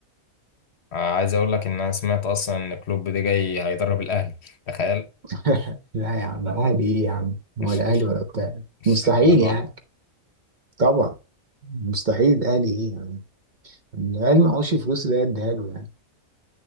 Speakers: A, on the left; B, on the right.
A: أنا عايز اقول لك ان انا سمعت اصلا ان كلوب ده جاي هيدرب الاهلي تخيل
B: <laughs> لا يا عم اهلي ايه يا عم ولا
A: مش مش
B: اهلي ولا بتاع
A: مش
B: مستحيل
A: للدرجة
B: يعني
A: دي
B: طبعا مستحيل اهلي ايه يعني الاهلي معهوش فلوس اللي هي اديها له يعني